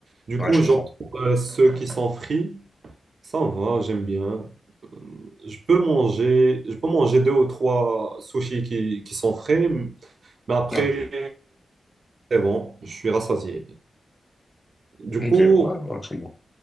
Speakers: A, on the right; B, on the left.
A: Du
B: ouais,
A: coup,
B: je comprends.
A: j'opte pour euh, ceux qui sont frits. Ça me va, j'aime bien. Euh, Je peux manger, je peux manger deux ou trois sushis qui, qui sont frais, mais après,
B: Ouais,
A: c'est bon, je suis rassasié. Du
B: ok,
A: coup,
B: ouais, ouais, je comprends.